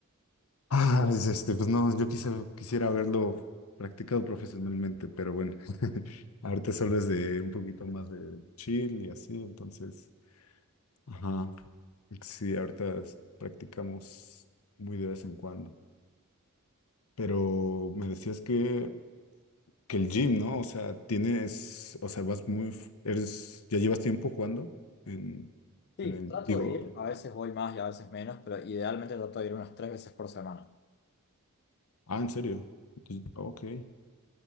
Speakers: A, on the left; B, on the left.
A: Ah, pues, este, pues no, yo quise, quisiera haberlo practicado profesionalmente, pero bueno, <laughs> ahorita solo es de un poquito más de chill y así, entonces, ajá, sí, ahorita es- practicamos muy de vez en cuando. Pero me decías que, que el gym, ¿no? O sea, tienes, o sea, vas muy, f- eres, ya llevas tiempo jugando en,
B: Sí,
A: en el,
B: trato
A: digo,
B: de ir, a veces voy más y a veces menos, pero idealmente trato de ir unas tres veces por semana.
A: ah, ¿en serio? Entonces, Ok.